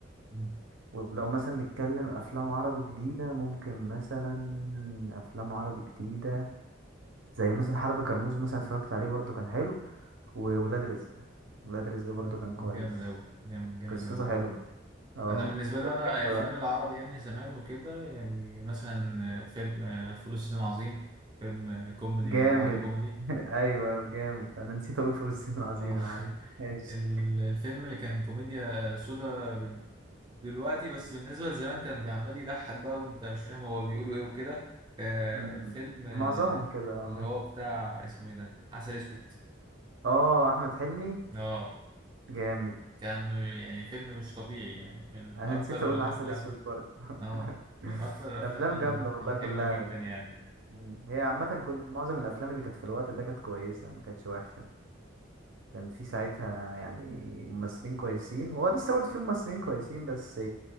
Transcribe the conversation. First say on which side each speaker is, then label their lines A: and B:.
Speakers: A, on the right (about 20°); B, on the right (about 70°).
A: مم.
B: ولو مثلا نتكلم أفلام عربي جديدة ممكن مثلا أفلام عربي جديدة زي مثلا حرب كرموز مثلا اتفرجت عليه برضو كان حلو وولاد رزق ولاد رزق برضو
A: آه،
B: كان كويس
A: جامد اوي جامد جامد
B: قصته
A: اوي كمان
B: حلوة اه
A: انا بالنسبه لي
B: وتاني
A: انا
B: لا،
A: افلام
B: بقى
A: العربي يعني زمان وكده يعني مثلا آه، فيلم آه، فول الصين العظيم فيلم آه، كوميدي
B: جامد
A: ما بعده كوميدي
B: <laughs> ايوه ايوه جامد انا نسيت اقول فول الصين العظيم
A: اه
B: يا معلم
A: <laughs>
B: ماشي
A: ال- الفيلم اللي كان كوميديا سودا بال- دلوقتي بس بالنسبة لزمان كان بيعمل يضحك بقى وانت مش فاهم هو بيقولوا ايه وكده آه،
B: أمم.
A: فيلم آه،
B: معظمهم كده اه
A: اللي هو بتاع اسمه ايه ده عسل اسود
B: اه احمد حلمي
A: اه
B: جامد
A: كان يعني فيلم مش طبيعي يعني من
B: انا
A: اكتر
B: نسيت اقول
A: الافلام
B: عسل اسود برضه <laughs>
A: اه من اكتر الافلام
B: الافلام
A: ال-
B: جامده والله
A: الحلوة
B: كلها
A: جدا
B: اللي
A: يعني
B: كانت- أمم. هي عامه كل معظم الافلام اللي كانت في الوقت ده كانت كويسه ما كانتش وحشه كان في ساعتها يعني ممثلين كويسين هو لسه برضه في ممثلين كويسين بس